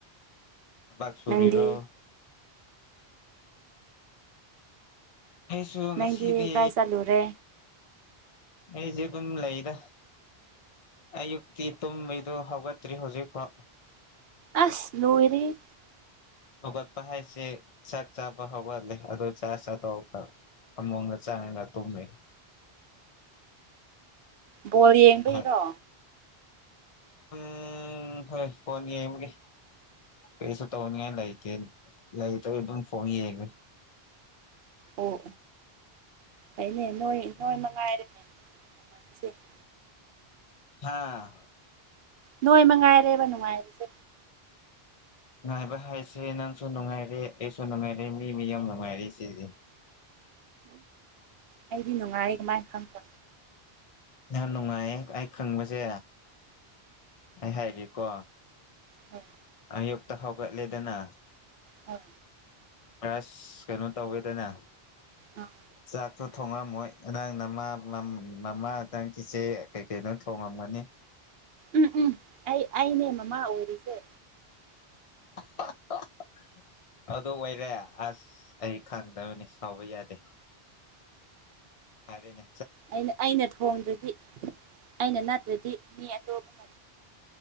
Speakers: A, on the left (about 45°); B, on the right (about 70°).
A: ꯊꯕꯛ ꯁꯨꯔꯤꯔꯣ
B: ꯅꯪꯗꯤ
A: ꯑꯩꯁꯨ ꯉꯁꯤꯗꯤ
B: ꯅꯪꯗꯤ ꯀꯥꯏ ꯆꯠꯂꯨꯔꯦ
A: ꯑꯩꯁꯦ ꯑꯗꯨꯝ ꯂꯩꯗꯥ ꯑꯌꯨꯛꯇꯤ ꯇꯨꯝꯕꯩꯗꯣ ꯍꯧꯒꯠꯇ꯭ꯔꯤ ꯍꯧꯖꯤꯛ ꯐꯥꯎ
B: ꯑꯁ ꯂꯣꯏꯔꯦꯍꯦ
A: ꯍꯧꯒꯠꯄ ꯍꯥꯏꯁꯤ ꯆꯥꯛ ꯆꯥꯕ ꯍꯧꯒꯠꯂꯦ ꯑꯗꯨ ꯆꯥ ꯆꯥꯊꯣꯛ ꯑꯒ ꯐꯃ‌ꯣꯡꯗ ꯆꯪꯉꯒ ꯇꯣꯃꯦ
B: ꯕꯣꯜ ꯌꯦꯡꯕꯩꯔꯣ
A: ꯉꯥꯏꯍꯥꯛ ꯎꯝ ꯍꯣꯏ ꯄꯣꯟ ꯌꯦꯡꯕꯒꯤ ꯀꯩꯁꯨ ꯇꯧꯅꯤꯉꯥꯏ ꯂꯩꯇ‌ꯦ ꯂꯥꯏꯇꯕꯩ ꯑꯗꯨꯝ ꯐꯣꯟ ꯌꯦꯉꯤ
B: ꯑꯣ ꯑꯩꯅꯦ ꯅꯣꯏ ꯅꯣꯏ ꯃꯉꯥꯏꯔ‌ꯦ <unintelligible>
A: ꯍꯥꯥ
B: ꯅꯣꯏ ꯃꯉꯥꯏꯔꯦꯕ ꯅꯨꯡꯉꯥꯏꯔꯤꯁꯦ
A: ꯅꯨꯡꯉꯥꯏꯕ ꯍꯥꯏꯁꯦ ꯅꯪꯁꯨ ꯅꯨꯡꯉꯥꯏꯔꯦ ꯑꯩꯁꯨ ꯅꯨꯡꯉꯥꯏꯔꯦ ꯃꯤ ꯃꯤ ꯌꯥꯝ ꯅꯨꯡꯉꯥꯏꯔ ꯁꯤꯗꯤ
B: ꯑꯩꯗꯤ ꯅꯨꯡꯉꯥꯏꯌꯦ ꯀꯃꯥꯏꯅ ꯈꯪꯕ
A: ꯌꯥꯝ ꯅꯨꯡꯉꯥꯏꯌꯦ ꯑꯩ ꯈꯪꯕꯁꯦ ꯑꯩ ꯍꯥꯏꯒꯦꯀꯣ
B: ꯍꯣꯏ
A: ꯑꯌꯨꯛꯇ ꯍꯧꯒꯠꯂꯦꯗꯅ
B: ꯍꯦꯏ
A: ꯄꯔ꯭ꯁ ꯀꯩꯅꯣ ꯇꯧꯋꯦꯗꯅ
B: ꯎꯝ
A: ꯆꯥꯛ ꯁꯨ ꯊꯣꯡꯉꯝꯃꯣꯏ ꯅꯪ ꯅꯃꯥ ꯃꯃꯥ ꯍꯆꯥꯡꯁꯤꯁꯦ ꯀꯩ ꯀꯩꯅꯣ ꯊꯣꯡꯉꯝꯒꯅꯤ <inaudible>
B: ꯎꯝ ꯎꯝ ꯑꯩ ꯑꯩꯅꯦ ꯃꯃꯥ ꯑꯣꯔꯤꯁꯦ
A: <inaudible> ꯑꯗꯨ ꯑꯣꯏꯔꯦ ꯑꯁ ꯑꯩ ꯈꯪꯗꯕꯅꯤ ꯁꯥꯎꯕ ꯌꯥꯗꯦ ꯐꯥꯔꯦꯅꯦ
B: ꯑꯩꯅ ꯑꯩꯅ ꯊꯣꯡꯗ꯭ꯔꯗꯤ ꯑꯩꯅ ꯅꯠꯇꯗꯤ ꯃꯤꯑꯇꯣꯞꯅꯥ